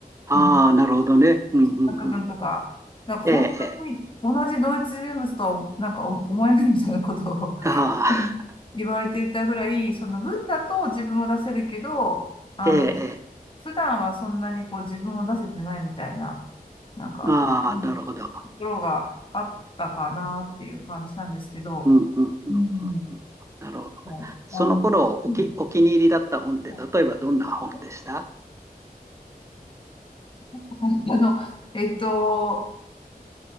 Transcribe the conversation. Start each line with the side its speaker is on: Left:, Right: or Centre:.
Right: ああ、
Left: あ
Right: なるほどね。うん、うん、
Left: 作文とか、
Right: うん。
Left: なんか本当に同じ同一人物とはなんか思えないみたいなことを
Right: ええ、ええ、ああ、
Left: <laughs> 言われていたぐらい、その文だと自分を出せるけど、
Right: <laughs>
Left: あの、
Right: ええ、え
Left: 普段はそんなにこう自分を出せてないみたいな、なんか、
Right: え、ああ、
Left: うん
Right: なるほど。
Left: ころがあったかなっていう感じなんですけど、
Right: うん、うん、うん、うんうん。
Left: うん。
Right: なるほど。
Left: もうワン、
Right: その頃、おき、
Left: うん、
Right: お気に入りだった本って、
Left: ま
Right: 例えばどんな本でした
Left: あえ <laughs> あの、えっと、